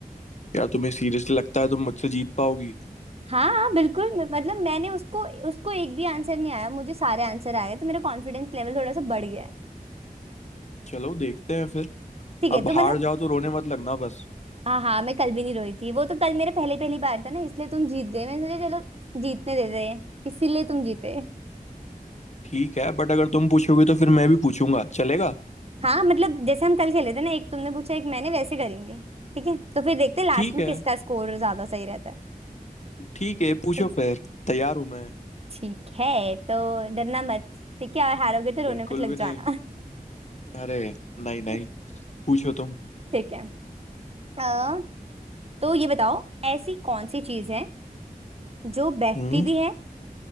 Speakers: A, on the left; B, on the right.
A: क्या तुम्हें सीरियसली लगता है तुम मुझसे जीत पाओगी
B: हाँ हाँ, बिल्कुल म- मतलब मैंने उसको उसको एक भी आंसर नहीं आया मुझे सारे आंसर आए तो मेरा कॉन्फिडेंस लेवल थोड़ा सा बढ़ गया है
A: चलो देखते हैं फिर
B: ठीक
A: अब
B: है तो मतलब
A: हार जाओ तो रोने मत लगना बस
B: हाँ हाँ मैं कल भी नहीं रोई थी वो तो कल मेरा पहले पहली बार था ना इसलिए तुम जीत गए मैंने सोचा चलो जीतने देते हैं इसीलिए तुम जीते
A: ठीक है बट अगर तुम पूछोगी तो फिर मैं भी पूछूंगा चलेगा
B: हाँ मतलब जैसे हम कल खेले थे ना एक तुमने पूछा एक मैंने वैसे करेंगे ठीक है तो फिर देखते हैं लास्ट
A: ठीक
B: में
A: है
B: किसका स्कोर ज्यादा सही रहता है
A: ठीक है पूछो
B: ठीक है
A: फिर तैयार हूं मैं
B: ठीक है, तो डरना मत ठीक है और हारोगे तो रोने
A: बिल्कुल
B: मत लग
A: भी नहीं
B: जाना
A: अरे नहीं नहीं
B: <laughs>
A: पूछो तुम
B: ठीक है अ, तो ये बताओ ऐसी कौन सी चीज है जो बैठती
A: हम्म
B: भी है